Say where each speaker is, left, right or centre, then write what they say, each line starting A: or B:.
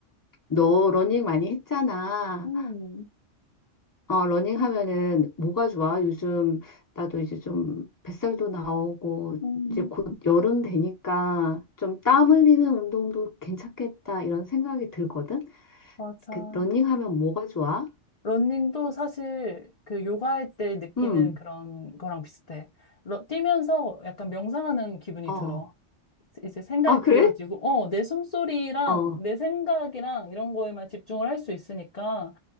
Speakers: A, on the left; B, on the left.
A: 너 러닝 많이 했잖아.
B: 음,
A: 어, 러닝 하면은 뭐가 좋아? 요즘 나도 이제 좀 뱃살도 나오고
B: 음,
A: 이제 곧 여름 되니까 좀 땀 흘리는 운동도 괜찮겠다 이런 생각이 들거든.
B: 맞아.
A: 그 러닝 하면 뭐가 좋아?
B: 러닝도 사실 그 요가할 때 느끼는
A: 음,
B: 그런 거랑 비슷해. 러- 뛰면서 약간 명상하는 기분이
A: 어,
B: 들어. 이제 생각이
A: 아 그래?
B: 비워지고, 어, 내 숨소리랑
A: 어,
B: 내 생각이랑 이런 거에만 집중을 할 수 있으니까